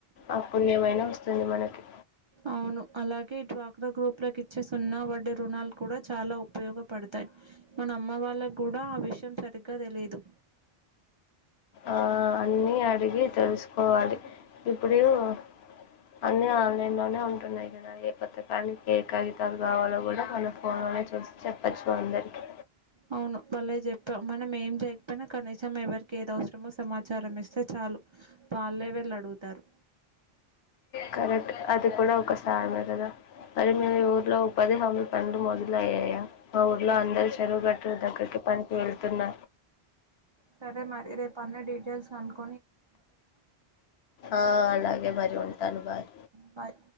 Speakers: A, on the left; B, on the right.
A: ఆ పుణ్యమైన వస్తుంది మనకి
B: అవును అలాగే ఈ వాక్రా గ్రూప్ లోకి ఇచ్చే వడ్డీ రుణాలు కూడా చాలా ఉపయోగపడతాయి మన అమ్మ వాళ్ళకి కూడా ఆ విషయం సరిగ్గా తెలిదు
A: ఆ అన్ని అడిగి తెలుసుకోవాలి ఇప్పుడు అ ఆన్‌లైన్‌లో ఉన్నాను ంటున్నాయి కదా ఏ కొత్తకానికి ఏ కగితాలు కావాలో కూడా మన ఫోన్లోనే చూసి చెప్పచ్చు అందరికీ
B: అవును మళ్ళీ చెప్పాం మనం ఏం చేయకపోయినా కనీసం ఎవరికి ఏద ము సమాచారం ఇస్తే చాలు పాళ్లేే వెళ్ళ అడుగుతారు
A: కరెక్ట్ అది కూడా ఒకసారి మదద అరి ఊర్లో ఒక పదిహమి ప మొదలు అయ్యాయా మా ఊర్లో అందరి చెరువు గట్టటులు దగ్గరికి పనికి వెళ్త క్కన్న
B: సరే మరి రేపు అన్ని డీటెయిల్స్ కన్
A: ఆ అలాగే మరి ఉం టాను బాయ్
B: బాయ్